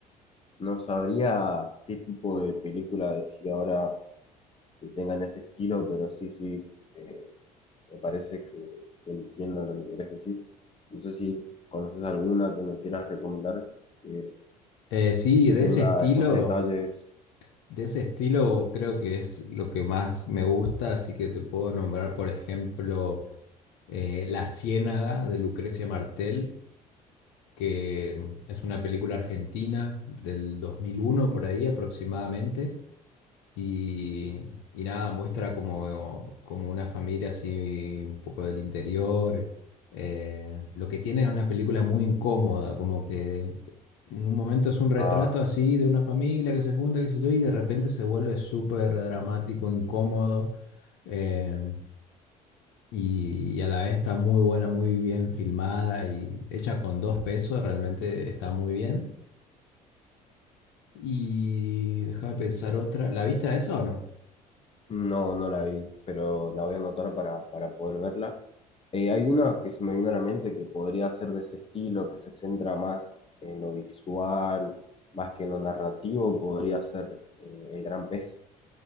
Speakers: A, on the left (about 30°); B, on the left (about 65°).
A: no sabría qué tipo de película decir ahora que tengan ese estilo, pero sí, sí. eh, Me parece que, que entiendo lo que querés decir. No sé si conoces alguna que me quieras recomendar que,
B: Eh, sí,
A: que
B: de
A: tenga
B: ese estilo,
A: esos detalles.
B: de ese estilo creo que es lo que más me gusta, así que te puedo nombrar, por ejemplo, eh, La Ciénaga de Lucrecia Martel que es una película argentina del 2001 por ahí aproximadamente. Y, y nada, muestra como, como una familia así un poco del interior. Eh, lo que tiene es una película muy incómoda, como que en un momento es un retrato
A: Ah,
B: así de una familia que se junta, qué sé yo, y de repente se vuelve súper dramático, incómodo. Em, y, y a la vez está muy buena, muy bien filmada y hecha con dos pesos, realmente está muy bien. Y déjame pensar otra. ¿La viste a esa o no?
A: no, no la vi, pero la voy a anotar para, para poder verla. Eh, hay una que se me vino a la mente que podría ser de ese estilo, que se centra más en lo visual, más que en lo narrativo, podría ser eh, El Gran Pez.